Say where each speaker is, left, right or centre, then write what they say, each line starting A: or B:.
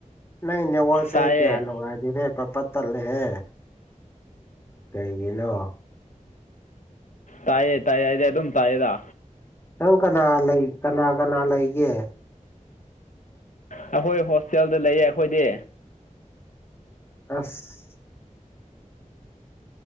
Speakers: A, on the left; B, on the left.
A: ꯅꯪ ꯅꯦꯠꯋꯔꯛꯁꯦ
B: ꯇꯥꯏꯌꯦ
A: ꯀꯌꯥ ꯅꯨꯡꯉꯥꯏꯗꯦꯍꯦ ꯄ ꯇ ꯂꯩꯦꯍꯦ ꯀꯩꯒꯤꯅ
B: ꯇꯥꯏꯌꯦꯦ ꯇꯥꯏꯌꯦꯗꯤ ꯑꯗꯨꯝ ꯇꯥꯏꯌꯦꯗ
A: ꯇꯧ ꯀꯅꯥ ꯂꯩ ꯀꯅꯥ ꯀꯅꯥ ꯂꯩꯒꯦ
B: ꯑꯩꯈꯣꯏ ꯍꯣꯁꯇꯦꯜꯗ ꯂꯩꯌꯦ ꯑꯩꯈꯣꯏꯗꯤ
A: ꯑꯁ